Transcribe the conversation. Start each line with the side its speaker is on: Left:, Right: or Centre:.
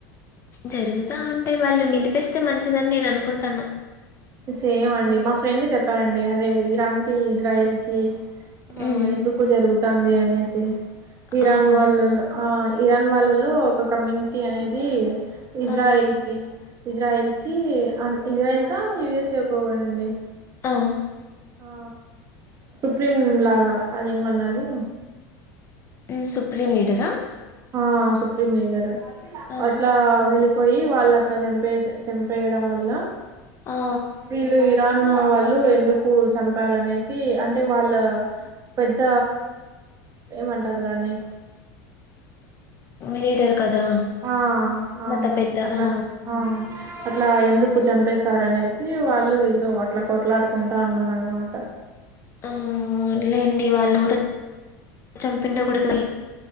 Left: జరుగుతా ఉంటాయి వాళ్ళు నిలి చనిపిస్తే మంచిదని నేను అనుకుంటాను
Right: సేమ్ అండి మా ఫ్రెండ్ చెప్పారంండి అదే ఇరాన్ కి ఇజ్రాయిల్ కి ఆ
Left: ఉమ్
Right: ఎందుకు జరుగు తాంది అనేసి ఇరాన్
Left: ఓహో
Right: వాళ్ళలో ఆ ఇరాన్ వాళ్ళలో ఒక కమ్యూనిటీ అనేది ఇజ్రాయల్
Left: ఆ
Right: కి ఇజ్రాయల్ కి అ ఇజ్రాయల్ క యు ఎస్ ఎ కో పడింది
Left: ఆ
Right: ఆ సుప్రీం లాగా అని ఏమన్నారు
Left: ఉ సుప్రీం లీడరా
Right: ఆ సుప్రీం లీగర్
Left: ఆహా
Right: అట్లా వెళ్ళి పోయి వాళ్ళు అట్లా చంపేస్ చంపేయడం వల్ల
Left: ఆ
Right: వీళ్ళు ఇరాన్ వ వాళ్ళు ఎందుకు చంపారనేసి అంటే వాళ్ళ పెద్ద ఏమంటారు దాన్ని
Left: లీడర్ కదా
Right: ఆ ఆ
Left: మత పెద్ద
Right: అట్లా
Left: ఆ
Right: ఆ అట్లా ఎందుకు చంపేశారు అనేసి వాళ్ళు వీళ్ళు అట్లా కొట్లాడుకుంటా ఉన్నారు అనమాట
Left: ఆ లేండి వాళ్ళు కూడా చంపిండ కూడుదు